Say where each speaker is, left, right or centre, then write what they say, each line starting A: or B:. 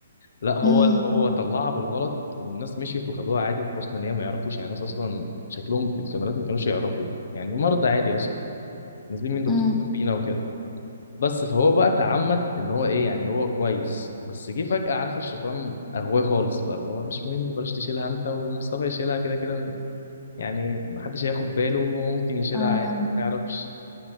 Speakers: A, on the left; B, on the left.
A: لا هو
B: امم
A: هو طلعها بالغلط والناس مشيت وخدوها عادي بحسن نية ما يعرفوش يعني الناس أصلا شكلهم في الكاميرات ما كانوش يعرفوا يعني مرضى عادي أصلا نازلين من دكتور
B: امم
A: جنبينا وكده بس فهو بقى تعمد ان هو ايه يعني هو كويس بس جه فجأة عارفه الشيطان اغواه خالص بقى اللي هو مش مهم بلاش تشيلها انت ومصطفى يشيلها كده كده يعني محدش هياخد باله وممكن يشيلها
B: آه.
A: عادي ما يعرفش